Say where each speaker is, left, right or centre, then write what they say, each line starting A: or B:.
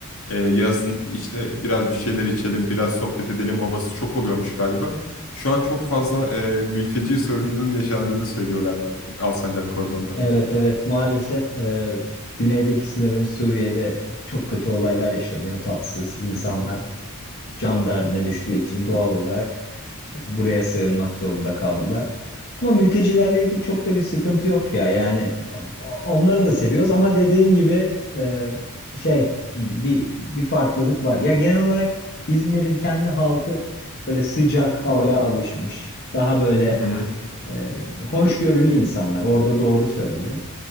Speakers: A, on the left; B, on the left.
A: e, yazın işte biraz bir şeyler içelim, biraz sohbet edelim havası çok oluyormuş galiba. Şu an çok fazla e, mülteci sorununun yaşandığını söylüyorlar Alsancak Kordon'da.
B: Evet evet maalesef e, güneydeki sınırımız Suriye'de çok kötü olaylar yaşanıyor. Tatsız insanlar
A: Hı hı.
B: can derdine düştüğü için doğal olarak e, buraya sığınmak zorunda kaldılar. Ama mültecilerle ilgili çok da bir sıkıntı yok ya. Yani o- onları da seviyoruz ama dediğin gibi e, şey bir bir farklılık var. Ya genel olarak İzmir'in kendi halkı böyle sıcak havaya alışmış. Daha böyle
A: Hı hı.
B: e, hoşgörülü insanlar. Orada doğru söyledin.